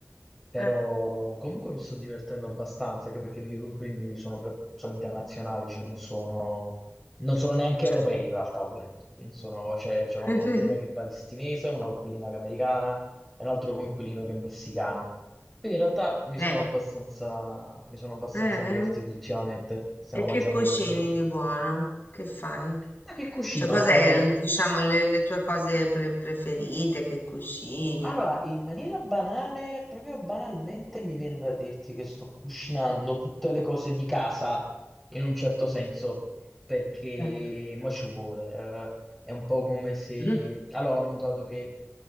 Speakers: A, in the centre; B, on the left.
A: Però
B: eh,
A: comunque mi sto divertendo abbastanza, anche perché i miei coinquilini sono, pre- sono internazionali, cioè non sono, non sono neanche
B: certo.
A: europei in realtà, volendo. Non Sono, cioè, c'è una
B: <laughs>
A: coinquilina che è palestinese, una coinquilina che è americana e un altro coinquilino che è messicano. Quindi in realtà mi
B: Eh,
A: sono abbastanza, mi sono abbastanza
B: eh.
A: divertito
B: eh.
A: ultimamente, stiamo
B: E che
A: mangiando
B: cucini
A: molte cose.
B: di buono? Che fai?
A: Da che cucino?
B: Cioè, cos'è,
A: Eh,
B: il- diciamo, le, le tue cose pre- preferite? Che cucini?
A: Allora, in maniera banale, proprio banalmente, mi viene da dirti che sto cucinando tutte le cose di casa, in un certo senso, perché
B: Eh,
A: mo ci vuole. eh, è un po' come se...
B: Mhm.
A: Allora, ho notato che